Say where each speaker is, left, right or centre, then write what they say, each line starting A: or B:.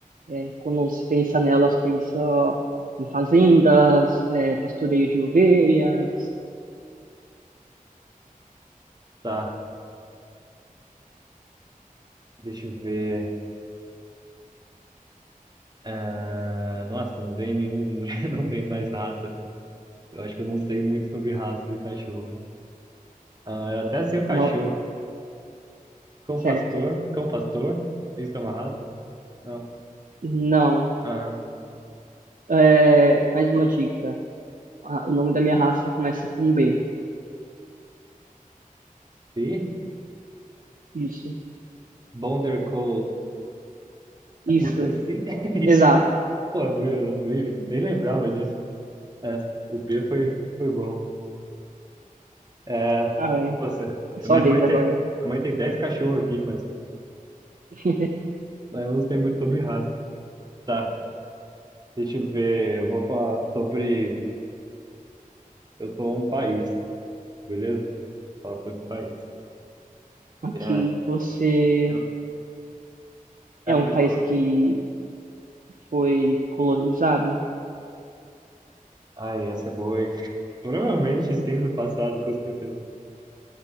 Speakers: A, on the right (about 60°); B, on the right (about 30°).
A: é, quando se pensa nelas, pensa em fazendas, é, pastoreio de ovelhas,
B: Tá, deixa eu ver. Ah, nossa, não vem nenhum, <laughs> não vem mais raça. Eu acho que eu não sei muito sobre raça de cachorro. Ah, eu até sei o cachorro.
A: não,
B: Cão
A: certo?
B: pastor? Cão pastor? Isso é uma raça? Não.
A: Não.
B: Ah,
A: É, mais uma dica. Ah, o nome da minha raça começa com B.
B: e?
A: Isso,
B: Border Colher?
A: isso,
B: Alguma coisa assim? <laughs> É isso.
A: exato.
B: Pô, eu, não, eu nem, nem lembrava disso. É, o B foi, foi bom. É,
A: Ah, é.
B: nossa.
A: É Sua
B: minha
A: vez
B: mãe
A: agora.
B: tem, minha mãe tem 10 cachorros aqui, mas,
A: <laughs>
B: mas eu não sei muito sobre raça. Tá, deixa eu ver. Eu vou falar sobre. Eu sou um país, beleza? Falar sobre país.
A: Ok,
B: É,
A: você
B: eu- é,
A: é
B: pode
A: um país
B: falar.
A: que foi colonizado?
B: Ai, essa é boa, hein? <laughs> Provavelmente sim, no passado, com certeza.